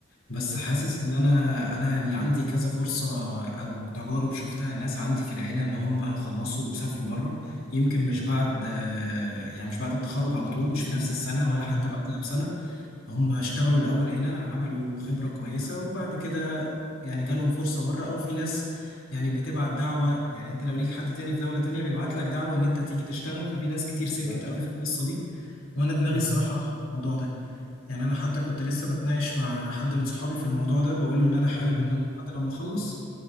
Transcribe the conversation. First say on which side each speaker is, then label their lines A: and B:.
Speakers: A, on the left; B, on the left.
A: بس
B: <laughs> مم.
A: حاسس ان انا انا يعني عندي كذا فرصه او تجارب شفتها الناس عندي في العيله ان هم خلصوا وسافروا بره يمكن مش بعد آه، يعني مش بعد التخرج على طول مش في نفس السنه
B: مم.
A: ولا حتى بعديها بسنه هم اشتغلوا الأول هنا عملوا خبرة كويسة وبعد كده يعني جالهم فرصة بره أو في ناس يعني بتبعت دعوة يعني أنت لو ليك حد تاني في دولة تانية بيبعت لك دعوة إن أنت تيجي تشتغل ففي ناس كتير سلكت
B: بالظبط.
A: قوي في القصة دي وأنا دماغي
B: مم.
A: الصراحة راح الموضوع ده يعني أنا حتى كنت لسه بتناقش مع حد من صحابي في الموضوع ده بقول له إن أنا حابب
B: مم.
A: إن أنا حتى لما أخلص